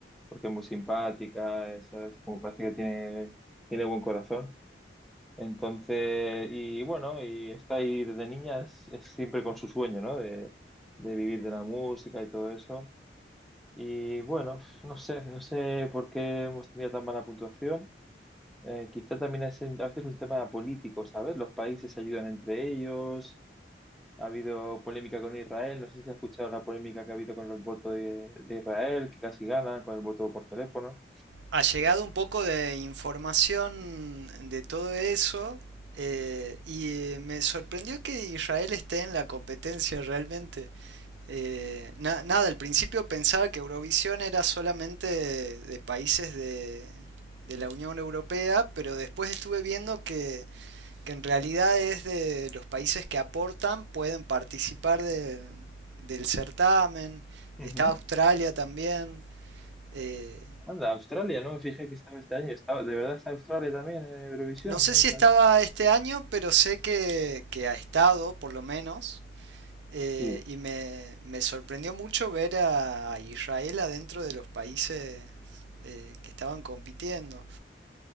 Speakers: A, in the centre; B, on the right.
A: Porque es muy simpática, es, ¿sabes? Como parece que tiene, tiene buen corazón. Entonces, y bueno, y está ahí desde niña, es, es siempre con su sueño, ¿no? De, de vivir de la música y todo eso. Y bueno, no sé, no sé por qué hemos tenido tan mala puntuación. Eh, quizá también es un- a veces un tema político, ¿sabes? Los países se ayudan entre ellos. Ha habido polémica con Israel. No sé si has escuchado la polémica que ha habido con los votos de, de Israel, que casi ganan con el voto por teléfono.
B: Ha llegado un poco de información de todo eso. eh, y eh, me sorprendió que Israel esté en la competencia realmente. Eh, na- nada, al principio pensaba que Eurovisión era solamente de, de países de, de la Unión Europea, pero después estuve viendo que, que en realidad es de los países que aportan, pueden participar de- del certamen.
A: Ujú.
B: Está Australia también. eh,
A: Anda, Australia, no me fijé que estaba este año. Estaba, de verdad está Australia también en Eurovisión,
B: no sé
A: ¿no?
B: si
A: ¿Sabes?
B: estaba este año, pero sé que, que ha estado, por lo menos. Eh,
A: Sí.
B: y me, me sorprendió mucho ver a Israel adentro de los países eh, que estaban compitiendo.